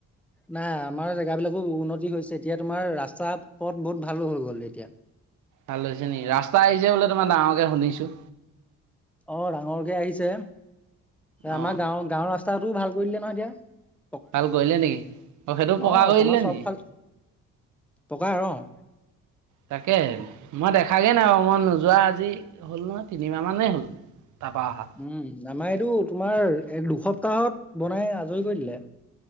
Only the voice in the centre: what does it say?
নাই আমাৰ জেগা বিলাকো উন্নতি হৈছে এতিয়া তোমাৰ ৰাস্তা পথ বহুত ভালো হৈ গ'ল এতিয়া
অঁ ডাঙৰকে আহিছে আমাৰ
গাঁওৰ গাঁওৰ ৰাস্তাতটোও ভাল <unintelligible>
অ'
আমাৰ
চবফাল
পকা অ'
উম আমাৰ এইটো তোমাৰ এক দুসপ্তাহত বনাই আজৰি কৰি দিলে